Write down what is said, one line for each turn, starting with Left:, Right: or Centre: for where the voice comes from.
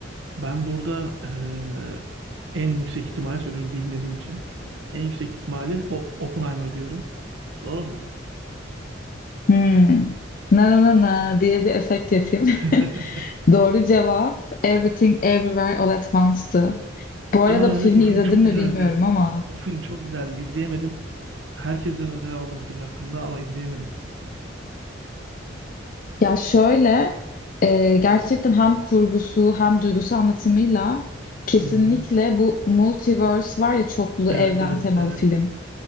Right: Ben burada eee, en yüksek ihtimali söylüyorum bilmediğim için. En yüksek ihtimali o Oppenheimer diyorum. Doğru mu?
Left: Hmm. Na na na na diye bir efekt yapayım. <laughs>
Right: <laughs>
Left: Doğru cevap Everything Everywhere All at Once'tı. Bu arada
Right: Aa
Left: bu filmi
Right: evet o film
Left: izledim
Right: çok güzeldi.
Left: mi bilmiyorum ama
Right: O film çok güzeldi. İzleyemedim. Herkesten öneri aldım o film hakkında ama izleyemedim.
Left: ya şöyle e, gerçekten hem kurgusu hem duygusu anlatımıyla kesinlikle
Right: Hı hı.
Left: bu multiverse var ya çoklu
Right: Evet
Left: evren
Right: evet
Left: temalı
Right: evet.
Left: film.